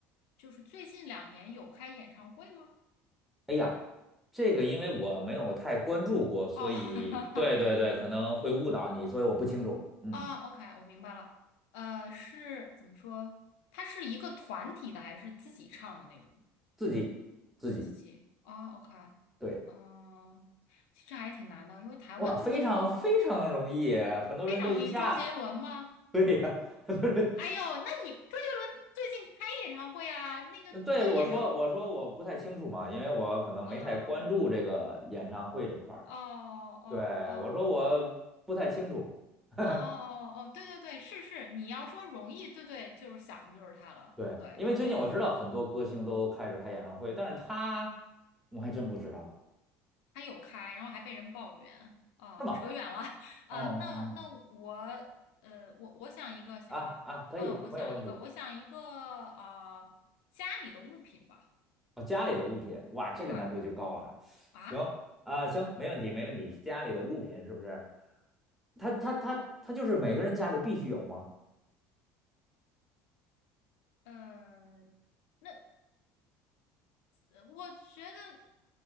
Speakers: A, on the left (about 85°); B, in the centre.
A: 就是最近两年有开演唱会吗？
B: 哎呀，这个因为我没有太关注过，所以对对对，
A: 哦，<laughs>
B: 可能会误导你，所以我不清楚。嗯，
A: 啊，OK，我明白了。呃，是怎么说？它是一个团体的还是自己唱的那种？
B: 自己自己
A: 自己啊，OK，
B: 对，
A: 嗯，其实还挺难的，因为台湾的歌手
B: 哇，非常非常容易，很多人都一下。
A: 非常容易。周杰伦吗？
B: <laughs> 对呀，<laughs> 很多人
A: 哎呦，那你周杰伦最近开演唱会啊？那个关于演唱
B: 呃对，我说我说我不太清楚嘛，因为我可能没太关注这个演唱会这块儿。
A: 啊，哦哦哦。
B: 对，我说我不太清楚，<laughs>
A: 哦哦哦，对对对，是是，你要说容易，对对，就是想的就是它了，
B: 对，
A: 对对是，
B: 因为最近我知道很多歌星都开始开演唱会，但是他我还真不知道，
A: 它有开，然后还被人抱怨啊，
B: 是吗？
A: 扯远了 <laughs> 啊，
B: 嗯嗯嗯，
A: 那那我呃，我我想一个行吧，
B: 啊啊，可以，
A: 啊，我想一个，
B: 没有问题。
A: 我想一个啊，家里的物品吧，
B: 哦，家里的物品，哇，这个难度就高了啊。
A: 对啊，
B: 行啊，行，没问题，没问题。家里的物品是不是？他他他他就是每个人家里必须有吗？
A: 呃，那呃我觉得。